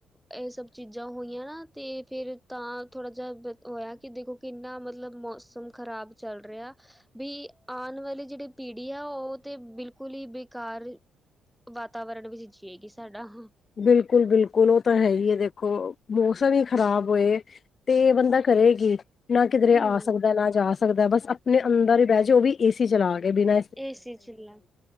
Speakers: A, in the centre; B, on the left.
A: ਇਹ ਸਭ ਚੀਜ਼ਾਂ ਹੋਈਆਂ ਨਾ ਤੇ ਫਿਰ ਤਾਂ ਥੋੜਾ ਜਿਹਾ ਬਹੁਤ ਹੋਇਆ ਕਿ ਦੇਖੋ ਕਿੰਨਾ ਮਤਲਬ ਮੌਸਮ ਖਰਾਬ ਚੱਲ ਰਿਹਾ। ਬਈ ਆਨ ਵਾਲੀ ਜਿਹੜੀ ਪੀੜ੍ਹੀ ਏ ਉਹ ਤੇ ਬਿਲਕੁਲ ਹੀ ਬੇਕਾਰ ਵਾਤਾਵਰਨ ਵਿੱਚ ਜੀਏਗੀ ਸਾਡਾ ਹਾਂ।
B: ਬਿਲਕੁਲ ਬਿਲਕੁਲ ਉਹ ਤਾ ਹੈ ਹੀ ਹੈ ਦੇਖੋ ਮੌਸਮ ਹੀ ਖਰਾਬ ਹੋਏ। ਤੇ ਬੰਦਾ ਕਰੇ ਕੀ? ਨਾ ਕਿਧਰੇ
A: ਹਮ
B: ਆ ਸਕਦਾ ਏ ਨਾ ਜਾ ਸਕਦਾ ਏ ਬਸ ਅਪਨੇ ਅੰਦਰ ਹੀ ਬਹਿ ਜੋ ਉਹ ਵੀ ਏ ਸੀ ਚਲਾ ਕੇ ਬਿਨਾ
A: ਏ ਸੀ ਚ ਨਾ